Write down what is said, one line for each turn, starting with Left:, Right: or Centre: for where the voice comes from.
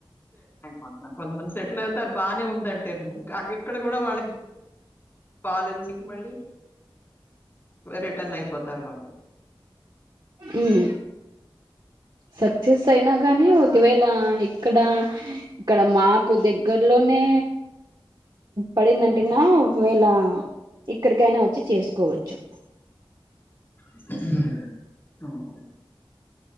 Left: సెటిల్ అయిపోతున్నారు కొంతమంది సెటిల్ అవుతారు బాగానే ఉందంటే ఇ ఇక్కడ కూడా వాళ్ళకి బాలాలేదు అసకి మళ్ళీ రిటర్న్ అయిపోతారు వాళ్ళు
Right: ఉమ్ సక్సెస్ అయినా కానీ ఒకవేళ ఇక్కడ ఇక్కడ మాకు
Left: హ్మ్.
Right: దగ్గరలో నే పడిందంటేనా ఒకవేళ ఇక్కడికైనా వచ్చి చేసుకోవచ్చు.
Left: <unintelligible> ఉ ఓ